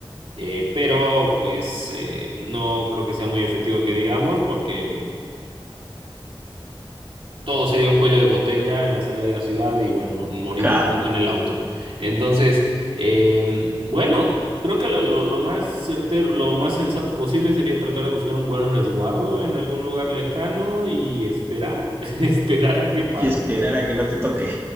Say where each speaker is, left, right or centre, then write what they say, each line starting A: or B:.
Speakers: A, on the right (about 70°); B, on the right (about 25°).
A: Eh, pero pues eh, no creo que sea muy efectivo que digamos porque todo sería un cuello de botella en la salida de la ciudad y bueno, morimos
B: Claro.
A: todos en el auto. Entonces, eh, bueno, creo que lo, lo, lo más certero, lo más sensato posible sería tratar de buscar un buen resguardo en algún lugar lejano y esperar, <laughs> esperar a qué pasa,
B: Y esperar
A: ¿no?
B: a que no te toque.